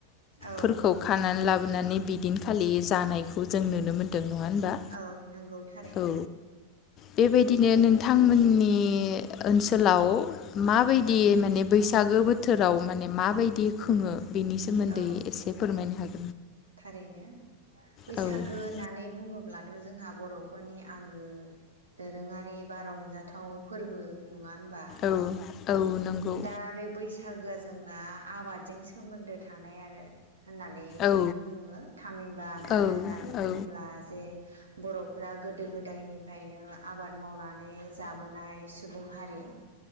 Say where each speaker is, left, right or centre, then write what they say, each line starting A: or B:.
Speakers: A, on the right; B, on the left.
A: औ
B: फोरखौ खानानै लाबो <unintelligible> दिनखालि जानाय खौ जों नुनो मोनदों नङा होनबा
A: औ नंगौ थारैनो
B: औ बेबायदिनो नोंथांमोननि ओनसोलाव माबायदि
A: औ
B: माने बैसाग सागो बोथोराव माने माबायदि खोङो बिनि सोमोन्दै
A: औ
B: एसे फोरमायनो हागोन
A: थारैनो बैसागो
B: ना? औ
A: होननानै बुङोब्ला थ' जोंहा बर'फोरनि आंगो दोरोङारि बा रंजाथाव फोरबो नङा होनबा
B: औ औ नंगौ
A: दा बे बैसागोआ जोंना आबादजों सोमोन्दो थानाय आरो होननानै
B: औ
A: बुङो थामिनबा मानो
B: औ
A: होननानै
B: औ
A: बुङोब्ला जे बर'फ्रा गोदो गोदायनिफ्रायनो आबाद मावनानै जाबोनाय सुबुं हारि